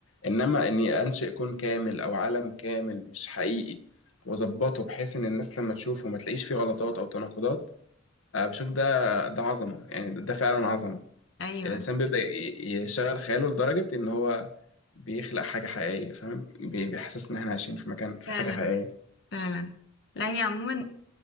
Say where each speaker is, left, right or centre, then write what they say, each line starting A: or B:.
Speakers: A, on the left (about 80°); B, on the left (about 60°).
A: انما اني انشئ كون كامل او عالم كامل مش حقيقي واظبطه بحيث ان الناس لما تشوفه ما تلاقيش فيه غلطات او تناقضات آه، بشوف ده ده عظمه يعني ده فعلا عظمه
B: ايوه
A: الإنسان بيبدأ ي- يشغل خياله لدرجة إن هو بيخلق حاجة حقيقية فاهم بي- بيحسسنا إن إحنا عايشين في مكان في
B: فعلا
A: حاجة حقيقية
B: فعلا لا هي عموما